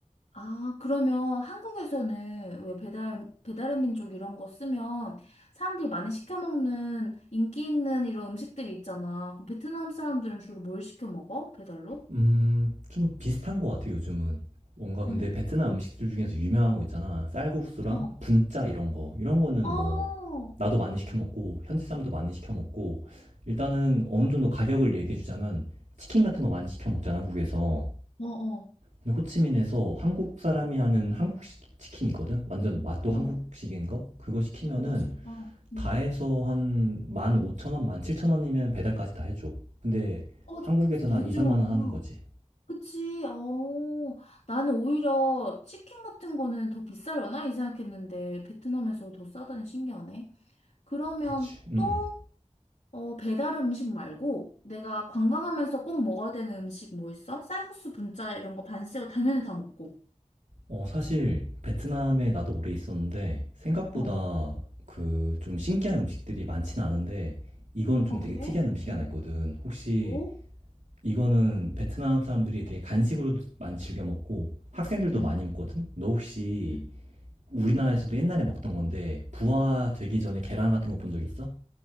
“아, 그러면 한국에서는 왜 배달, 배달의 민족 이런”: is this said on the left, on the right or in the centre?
Left